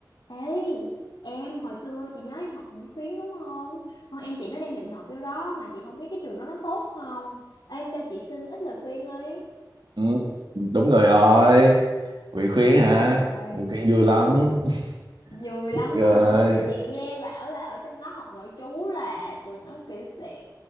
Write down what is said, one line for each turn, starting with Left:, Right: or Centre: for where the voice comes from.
Left: Ê, em hồi xưa chị nhớ em học Nguyễn Khuyến đúng không? Con em chị nó đang định nộp vô đó mà chị không biết cái trường đó nó tốt không. Em cho chị xin ít lời khuyên ấy
Right: Ừ, đúng rồi rồi Nguyễn Khuyến
Left: Đúng
Right: hả
Left: rồi.
Right: Nguyễn Khuyến vui lắm <laughs>
Left: Vui lắm
Right: rồi
Left: hả? Chị nghe bảo là ở trong đó học nội trú là tụi nó kiểu sẽ